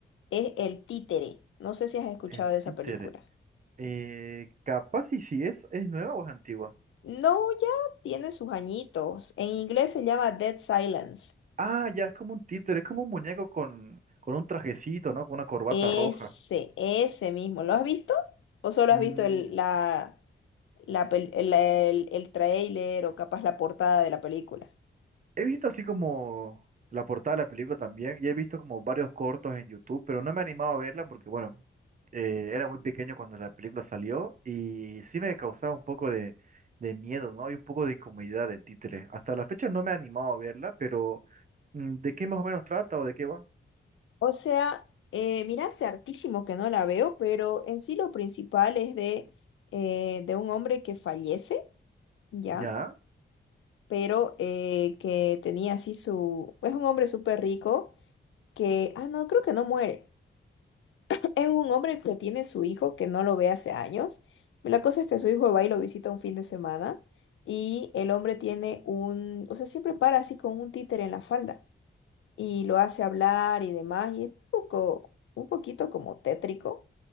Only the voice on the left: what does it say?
es el títere. No sé si has escuchado
de esa
película.
No, ya tiene sus añitos. En inglés se llama Dead Silence.
Ese,
ese mismo. ¿Lo has visto? ¿O solo
has visto el, la, la pel- el, el- el tráiler o capaz la portada de la película?
O sea, eh, mira, hace hartísimo que no la veo, pero en sí lo principal es de, eh, de un hombre que fallece, ¿ya?
pero eh, que tenía así su... Es un hombre súper rico que... Ah, no, creo que no muere. <laughs> <clears throat> Es un hombre que tiene su hijo que no lo ve hace años. La cosa es que su hijo va y lo visita un fin de semana y el hombre tiene un... O sea, siempre para así con un títere en la falda y lo hace hablar y demás y es un poco, un poquito como tétrico